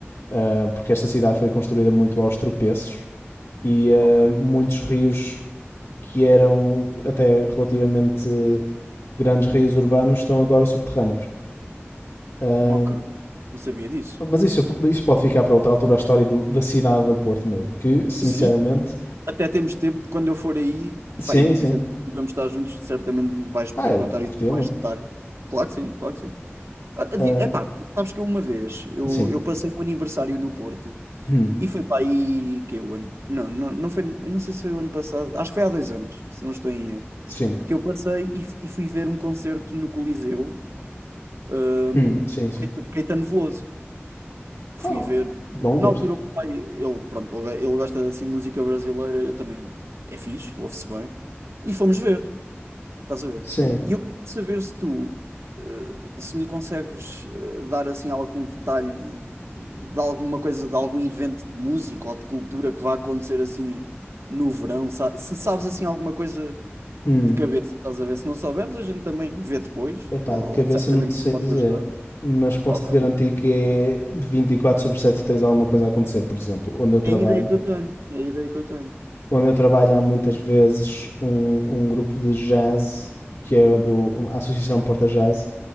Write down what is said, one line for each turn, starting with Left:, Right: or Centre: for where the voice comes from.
Left: ah, porque esta cidade foi construída muito aos tropeços e ah,
Right: Ok.
Left: muitos rios que eram até relativamente grandes rios urbanos estão agora subterrâneos. Ahm,
Right: Ok. Não sabia disso.
Left: Mas isso, isso pode ficar para outra altura a história do- da cidade do Porto mesmo. Que, sinceramente,
Right: Sim. Até temos tempo, quando eu for aí, epá,
Left: sim,
Right: e,
Left: sim.
Right: e vamos vamos estar juntos, certamente me vais poder
Left: Ah, eu
Right: contar
Left: curtia
Right: isso com mais
Left: muito.
Right: detalhe. Claro que sim, claro que sim. Ah, di-
Left: Ah,
Right: Epá, porque sabes que eu uma vez, eu,
Left: sim.
Right: eu passei um aniversário no Porto
Left: Hum,
Right: E foi para aí que é o ano. Não, não, não foi. Eu não sei se foi o ano passado. Acho que foi há dois anos, se não estou em erro.
Left: sim.
Right: Que eu passei e, f- e fui ver um concerto no Coliseu, hum,
Left: Hum, sim, sim.
Right: de Caetano Veloso. Fui
Left: Oh,
Right: ver.
Left: bom
Right: Na
Left: gosto.
Right: altura, o meu pai, ele, pronto, ele ele gosta assim de música brasileira, eu também. É fixe, ouve-se bem. E fomos ver. Estás a ver?
Left: Sim.
Right: E eu queria saber se tu, eh, se me consegues eh, dar assim algum detalhe de, de alguma coisa, de algum evento de música ou de cultura que vai acontecer assim no verão, sa- se sabes assim alguma coisa
Left: Hum.
Right: de cabeça, estás a ver? Se não souberes, a gente também vê depois,
Left: Epá,
Right: ou,
Left: de cabeça
Right: certamente
Left: não te sei
Right: me podes
Left: dizer.
Right: ajudar.
Left: Mas posso-te
Right: Ok.
Left: garantir que é vinte e quatro sobre sete tens alguma coisa a acontecer. Por exemplo, onde eu trabalho.
Right: É a ideia que eu tenho, é a ideia que eu tenho,
Left: Onde eu trabalho há muitas vezes um, um grupo de jazz que é do a Associação Porta Jazz